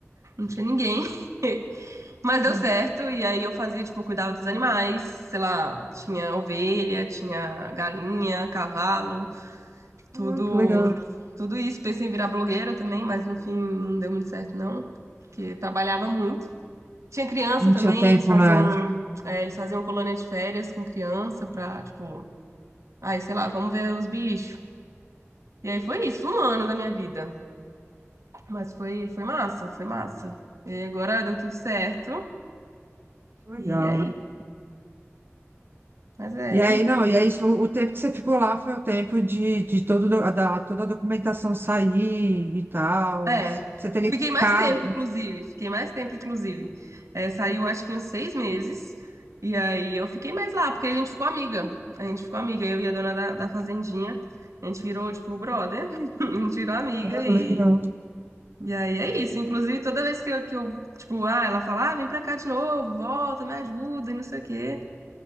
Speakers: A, on the right; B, on the right.
A: não tinha ninguém, <laughs> mas deu
B: Hum,
A: certo. E aí eu fazia, tipo, eu cuidava dos animais, sei lá, tinha ovelha, tinha galinha, cavalo, tudo,
B: Ah, que legal.
A: tudo isso. Pensei em virar blogueira também, mas no fim não deu muito certo, não. Porque trabalhava muito. Tinha criança
B: Não
A: também,
B: tinha tempo,
A: eles faziam,
B: né?
A: é, eles faziam colônia de férias com criança pra, tipo, Aí, sei lá, vamos ver os bichos. E aí foi isso, um ano da minha vida. Mas foi, foi massa, foi massa. E aí agora deu tudo certo.
B: Que legal.
A: E aí, mas é
B: E aí,
A: é isso.
B: não, e aí isso- o tempo que você ficou lá foi o tempo de, de todo, do- da, toda a documentação sair e tal.
A: É,
B: Você teria
A: fiquei
B: que ficar.
A: mais tempo,
B: <laughs>
A: inclusive. Fiquei mais tempo, inclusive. É, saiu acho que uns seis meses. E aí eu fiquei mais lá, porque a gente ficou amiga. A gente ficou amiga, eu e a dona da, da fazendinha. A gente virou, tipo, brother. <laughs> A gente virou amiga
B: Ah,
A: e
B: legal.
A: E aí é isso. Inclusive, toda vez que eu, que eu tipo, ah, ela fala, ah, vem pra cá de novo, volta, me ajuda e não sei o quê.